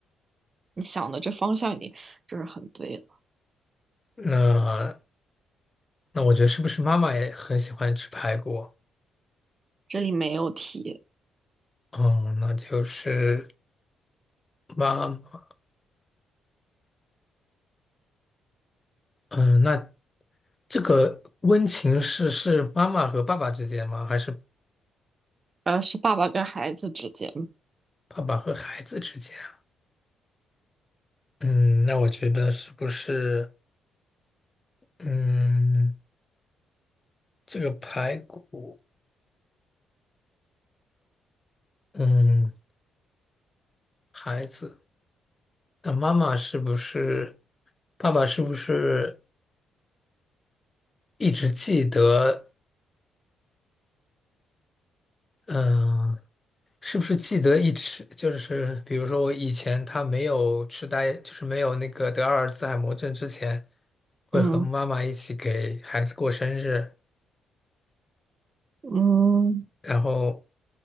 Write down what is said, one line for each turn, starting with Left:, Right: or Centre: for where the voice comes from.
Right: 你想的这方向已经就是很对了。
Left: 那那我觉得是不是妈妈也很喜欢吃排骨？
Right: 这里没有提，
Left: 哦，那就是妈。嗯、呃那这个温情是是妈妈和爸爸之间吗？还是
Right: 呃，是爸爸跟孩子之间。
Left: 爸爸和孩子之间啊？嗯，那我觉得是不是，嗯，这个排骨，嗯，孩子，那妈妈是不是，爸爸是不是一直记得，嗯、是不是记得一吃就是比如说我以前他没有痴呆，就是没有那个得阿尔兹海默症之前，会和妈妈一起给孩子过生日，
Right: 嗯嗯，
Left: 然后